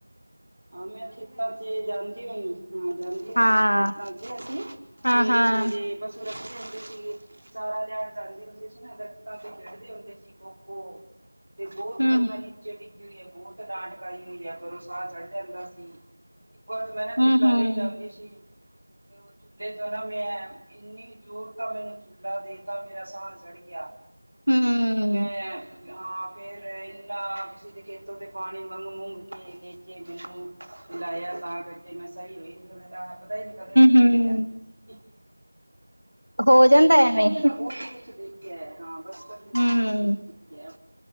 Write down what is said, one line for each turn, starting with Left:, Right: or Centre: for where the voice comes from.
Right: ਆਂ ਮੈਂ ਖੇਤਾਂ 'ਚ ਜਾਂਦੀ ਹੁੰਦੀ ਹਾਂ ਜਾਂਦੀ ਹੁੰਦੀ
Left: ਹਾਂ
Right: ਖੇਤਾਂ 'ਚ ਅਸੀਂ
Left: ਹਾਂ
Right: ਸਵੇਰੇ
Left: ਹਾਂ
Right: ਸਵੇਰੇ ਪਸੂ ਰੱਖਦੇ ਹੁੰਦੇ ਸੀਗੇ ਸਾਰਾ ਲਿਆਣ ਜਾਂਦੇ ਹੁੰਦੇ ਸੀ ਨਾ ਦਰਖਤਾਂ ਤੇ ਚੜਦੇ ਹੁੰਦੇ ਸੀ ਖੋ ਖੋ ਤੇ ਬਹੁਤ
Left: ਹੂੰ
Right: ਵਾਰ ਮੈਂ ਨੀਚੇ ਡਿੱਗੀ ਹੋਈ ਹੈ ਬਹੁਤ ਡਾਂਟ ਕਾਈ ਹੋਈ ਹੈ ਅਗਰੋਂ ਸਾਹ ਚੜ ਜਾਂਦਾ ਸੀ ਇੱਕ ਵਾਰ ਮੈਂ ਨਾ
Left: ਹੂੰ
Right: ਚੁਹਲਾ
Left: ਹੂੰ
Right: ਲਈ ਜਾਂਦੀ ਸੀ ਤੇ ਉਹ ਚੁੱਲੇ 'ਚੋਂ ਨਾ ਮੈਂ ਇੰਨੀ ਜ਼ੋਰ ਤਾਂ ਮੈਨੂੰ ਚੁਲਾ ਦੇਤਾ ਮੇਰਾ ਸਾਹਾਲ ਜੜ ਗਿਆ
Left: ਹੂੰ ਹੂੰ
Right: ਮੈਂ ਹਾਂ ਫੇਰ ਇੰਨਾ ਕਿਸੇ ਦੇ ਖੇਤੋਂ ਤੇ ਪਾਣੀ ਮੰਗ ਮੂੰਗ ਕੇ ਲਿਆਈ ਜੇ ਮੈਨੂੰ ਮਿਲਾਇਆ ਤਾਂ ਕਰਕੇ ਮੈਂ ਸਹੀ ਹੋਈ, ਨਹੀਂ ਤਾਂ ਪਤਾ ਹੀ ਨਹੀਂ ਕਤਈ ਕਤ
Left: ਹੂੰ
Right: ਮਰ ਜਾਂਦੀ ਸੀ
Left: ਹੋ ਜਾਂਦਾ
Right: ਬਚਪਨ
Left: ਐਵੇਂ
Right: ਸੇ ਬੋਲਦੀ ਕੁਛ ਨਹੀ ਗਿਆ ਹਾਂ ਬਚਪਨ ਤੋਂਹੀ
Left: ਹੂੰ
Right: ਕੁਛ ਨਹੀ ਸਮਝਦੀ ਗਿਆ